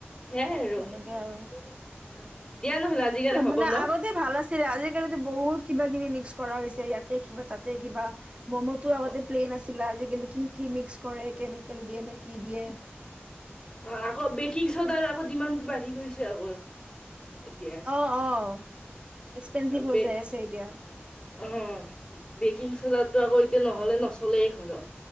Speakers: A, on the left; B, on the right.
A: হে'য়াই আৰু,
B: সেনেকে
A: উহ।
B: আৰু
A: দিয়া নহ'লে আজি কাৰণে হব
B: মানে
A: ন।
B: আগতে ভাল আছিলে আজিকালিতো বহুত। কিবা কিবি মিক্স কৰা হৈছে ইয়াতে কিবা তাক। যে কিবা ম'ম'তো
A: অঁ
B: আগতে প্লেন আছি। ছিলে আজি কালি কি কি মিক্স কৰে কেমিকেল দিয়ে নে কি দিয়ে।
A: অহ আকৌ বেকিং চ'দাৰ আকৌ ডিমানটো বাঢ়ি গৈছে আকৌ। এতিয়া
B: অ', অ'। এক্সপেঞ্চিভ
A: অ
B: হৈ
A: বে
B: যাই আছে এতিয়া
A: অহ বেকিং চদা। এইটো আকৌ এতিয়া নহলে নচলেই ঘৰত।